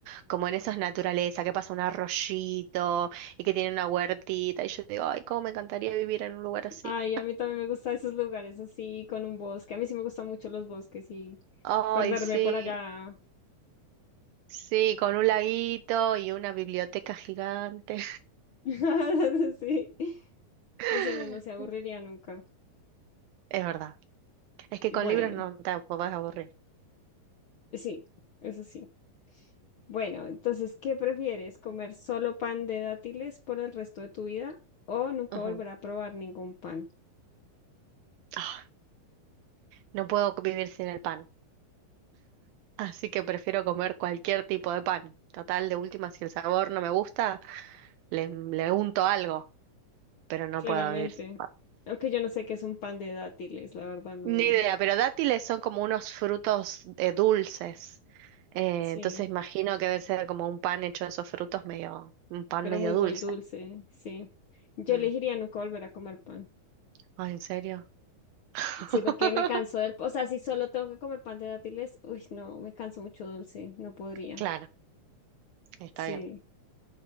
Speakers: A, on the right; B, on the left.
A: como en esas naturaleza, que pasa un arroyito y que tiene una huertita, y yo digo, ay, cómo me encantaría vivir en un lugar así.
B: Ay, a mí también me gustan esos lugares así, con un bosque. A mí sí me gustan mucho los bosques y
A: Ay,
B: perderme
A: sí,
B: por allá.
A: sí, con un laguito y una biblioteca gigante.
B: <laughs> Sí,
A: <laughs>
B: así uno no se aburriría nunca.
A: Es verdad, es que
B: Bueno,
A: con libros no te podés aburrir.
B: sí, eso sí. Bueno, entonces, ¿qué prefieres? ¿Comer solo pan de dátiles por el resto de tu vida o nunca
A: Ujú.
B: volver a probar ningún pan?
A: Ah, no puedo vivir sin el pan. Así que prefiero comer cualquier tipo de pan. Total, de última, si el sabor no me gusta, le, le unto algo, pero no
B: claramente.
A: puedo vivir sin pan.
B: Aunque yo no sé qué es un pan de dátiles, la verdad no.
A: Ni idea, pero dátiles son como unos frutos eh, dulces. Eh,
B: Sí,
A: entonces imagino que debe ser como un pan hecho de esos frutos medio, un pan
B: pero
A: medio
B: muy,
A: dulce.
B: muy dulce, sí. Yo
A: Mm.
B: elegiría nunca volver a comer pan.
A: Ay, ¿en serio? <laughs>
B: Sí, porque me canso del... O sea, si solo tengo que comer pan de dátiles, uy, no, me canso mucho dulce, no podría.
A: Claro, está
B: Sí,
A: bien.